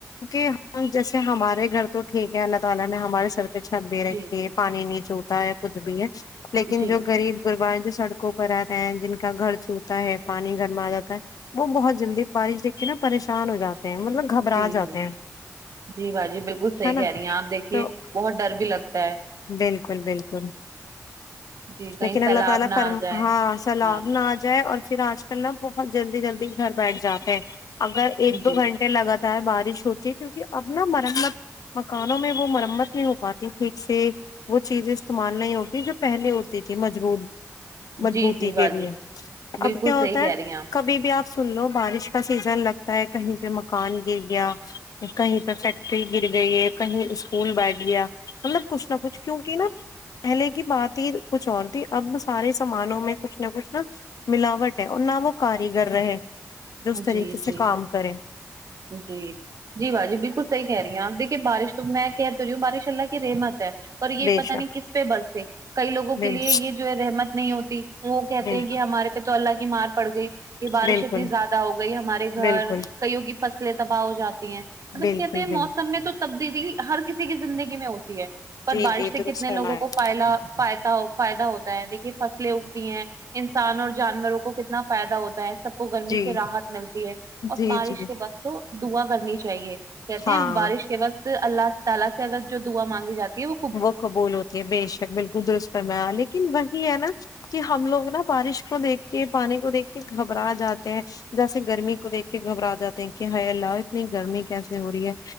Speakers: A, on the left (about 75°); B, on the right (about 60°).
A: کہ ہم جیسے ہمارے گھر تو ٹھیک ہے اللہ تعالی نے ہمارے سر چھت دے رکھی
B: جی جی
A: ہے پانی نیچے ہو تا ہے کچھ بھی ہے لیکن
B: جی
A: جو غریب گربا ہے جو سڑک کو پر آتا ہے جن کا گھر چھوٹا ہے پانی گھر میں آ جاتا ہے وہ بہت جلدی بارش دیکھ کے نا پریشان ہو جاتے ہیں مطلب گھبرا
B: جی
A: جاتے
B: جی
A: ہیں
B: جی باجی بالکل صحیح
A: ہے نا
B: کہہ رہی ہیں آپ دیکھیے
A: تو
B: بہت ڈر بھی لگتا ہے
A: بالکل بالکل
B: جی کہیں
A: لیکن
B: سیلاب
A: اللہ تعالی
B: نہ آ
A: فرم
B: جائے
A: ہاں سلام
B: ہاں
A: نہ آ جائے اور پھر آج کل نا بہت جلدی جلدی گھر بیٹھ جاتے ہیں اگر ایک دو
B: جی
A: گھنٹے لگاتار بارش ہوتی ہے کیونکہ اب نہ مرمت مکانوں میں وہ مرمت نہیں ہو پاتی ٹھیک سے وہ چیزیں استعمال نہیں ہوتی یہ جو پہلے ہوتیے تھے مجبوط مضبوطی
B: جی جی باجی
A: کے لیے
B: بالکل
A: اب کیا
B: صحیح
A: ہوتا
B: کہہ
A: ہے
B: رہی ہیں آپ
A: کبھی بھی آپ سن لو بارش کا سیزن لگتا ہے کہیں پہ مکان گر گیا کہیں پہ فیکٹری گر گئی کہیں اسکول بیٹھ گیا مطلب کچھ نہ کچھ کیونکہ نا پہلے کی بات ہی کچھ اور تھی اب سارے سامانوں میں کچھ نہ کچھ نا ملاوٹ ہے اور نہ وہ کاریگر رہے جو اس طریقے
B: جی جی
A: سے کام کریں
B: جی جی با جی بالکل صحیح کہہ رہی آپ دیکھیے بارش تو میں کہ تو رہی ہوں بارش اللہ کی رحمت ہے پر یہ
A: بے
B: پتہ
A: شک
B: نہیں کس پہ برسے کئی لوگوں
A: بال
B: کے لیے یہ جو ہے رحمت نہیں ہوتی وہ کہتے
A: بال
B: ہیں کہ ہمارے پہ تو اللہ کی مار پڑ گئی یہ بارش
A: بالکل
B: اتنی زیاد دہ ہو گئی ہمارے گھر
A: بالکل
B: کئیوں کی فصلیں تباہ ہو جاتی ہیں مطلب
A: بالکل
B: کہتے ہیں موسم
A: بالکل
B: میں تو تبدیلی ہر کسی کی زندگی میں ہوتی ہے پر
A: جی
B: بارش
A: جی
B: سے
A: درست
B: کتنے
A: فرمایا
B: لوگوں کو پائلا فائد فائدہ ہوتا ہے دیکھیں فصلیں اگتی ہیں انسان اور جانوروں کو کتنا فائدہ ہوتا ہے سب کو گرمی
A: جی
B: سے راحت ملتی ہے اور
A: جی
B: بارش
A: جی
B: کے وقت تو دعا کرنی چاہیے کہتے
A: ہاں
B: ہیں بارش کے وقت اللہ تعالی سے اگر جو دعا مانگی جاتی ہے وہ
A: وہ قبول ہوتی ہے بے شک بالکل درست فرمایا لیکن وہی ہے نا کہ ہم لوگ نا بارش کو دیکھ کے پانی کو دیکھ کے گھبرا جاتے ہیں جیسے گرمی کو دیکھ کے گھبرا جاتے ہیں کہ ہائے اللہ اتنی گرمی کیسے ہو رہی ہے